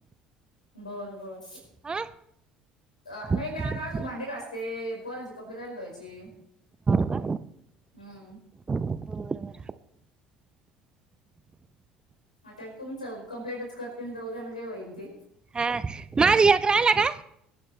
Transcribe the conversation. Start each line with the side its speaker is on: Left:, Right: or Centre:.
Left: बर बर.
Right: हा
Left: अ
Right: हो
Left: नाही मी आता अजून भांडे घासते. पोरांचे कपडे रायले धोवायचे.
Right: का
Left: हम्म.
Right: बरं बरं
Left: आता तुमचं कम्पलेटच करते. जाऊ द्या ना, जे होईन ते.
Right: हा. माझ एक राहिला का?